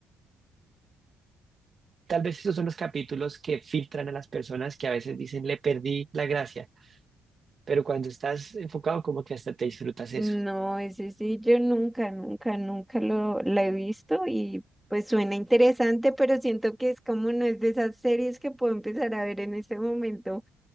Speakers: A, on the right; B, in the centre.
A: Tal vez esos son los capítulos que filtran a las personas que a veces dicen le perdí la gracia, pero cuando estás enfocado como que hasta te disfrutas eso.
B: No, ese sí, yo nunca, nunca, nunca lo la he visto y pues suena interesante, pero siento que es como no es de esas series que puedo empezar a ver en este momento.